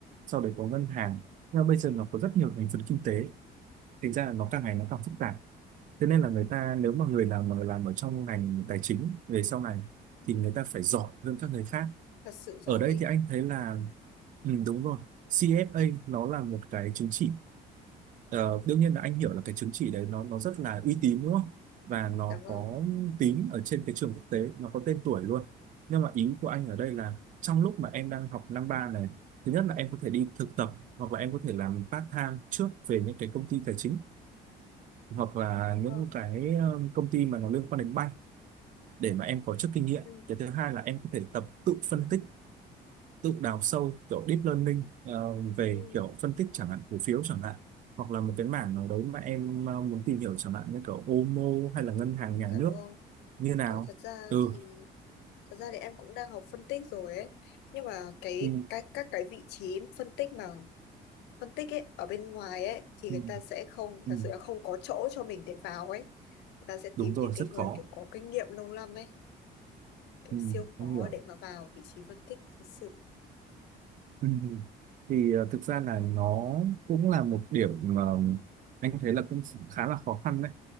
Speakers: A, on the right; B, on the left.
A: sau đấy có ngân hàng nhưng mà bây giờ nó có rất nhiều thành phần kinh tế thành ra là nó càng ngày nó càng phức tạp thế
B: đúng
A: nên là
B: rồi.
A: người ta nếu mà người nào mà làm ở trong ngành tài chính về sau này thì người ta phải giỏi hơn các người khác
B: Thật sự giỏi
A: ở đây
B: ấy.
A: thì anh thấy là ừ, đúng rồi CFA nó là một cái chứng chỉ Ờ, đương nhiên là anh hiểu là cái chứng chỉ đấy nó nó rất là uy tín đúng không? Và nó
B: Dạ vâng.
A: có tính ở trên cái trường quốc tế, nó có tên tuổi luôn. Nhưng mà ý của anh ở đây là trong lúc mà em đang học năm ba này, thứ nhất là em có thể đi thực tập hoặc là em có thể làm part time trước về những cái công ty tài chính hoặc là những
B: Vâng.
A: cái ờ, công ty mà nó liên quan đến bank để mà em có chút kinh nghiệm.
B: Ừ.
A: Cái thứ hai là em có thể tập tự phân tích tự đào sâu kiểu deep learning ờ, về
B: Ừ,
A: kiểu phân tích chẳng hạn cổ phiếu chẳng hạn hoặc là một cái mảng nào đấy mà em ờ, muốn tìm hiểu chẳng hạn như kiểu OMO hay
B: thật
A: là ngân hàng nhà
B: dạ
A: nước
B: vâng
A: như nào
B: kiểu thật ra
A: ừ,
B: thì thật ra thì em cũng đang học phân tích rồi ấy nhưng mà cái
A: ừ,
B: cái các cái vị trí phân tích mà phân tích ấy ở bên ngoài ấy thì
A: ừ,
B: người ta sẽ không
A: ừ.
B: thật sự là không có chỗ cho mình để vào ấy người ta sẽ
A: đúng
B: tìm
A: rồi
B: những
A: rất
B: cái người
A: khó
B: kiểu có kinh nghiệm lâu năm ấy kiểu
A: ừ,
B: siêu khó
A: em hiểu
B: để mà vào vị trí phân tích thật sự
A: ừ. ừ. thì ờ, thực ra là nó cũng là một điểm mà anh thấy là cũng khá là khó khăn đấy